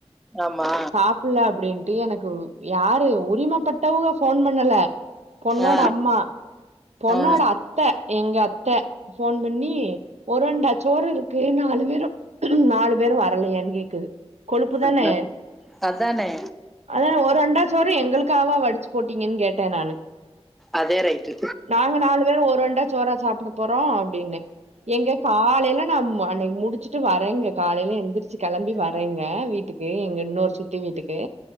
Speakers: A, in the centre; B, on the right.
A: ஆமா
B: சாப்புட்ல அப்பிடின்ட்டு எனக்கு கும் யாரு உரிமப்பட்டவுங்க ஃபோன் பண்ணல பொண்ணோட
A: ஆ
B: அம்மா பொண்ணோட
A: ஆ
B: அத்த எங்க அத்த ஃபோன் பண்ணி ஒரு அண்டா சோறு இருக்கு நாலு பேரூ நாலு பேரு வரலயான் கேக்குது கொழுப்பு
A: ஆமா
B: தானே
A: அதானே
B: அதா ஒரு அண்டாச் சோறு எங்களுக்காவா வடிச்சு போட்டீங்கன் கேட்டே நானு
A: அதே ரைட்டு
B: நாங்க நாலு பேரு ஒரு அண்டா சோறா சாப்பிடப் போறோ அப்பிடின்னே எங்கே காலேல நா ம் அன்னைக் முடிச்சு ட்டு வரேங்க காலையில எந்திரிச்சு கெளம்பி வரேங்க வீட்டுக்கு எங்க இன்னோரு சித்தி வீட்டுக்கு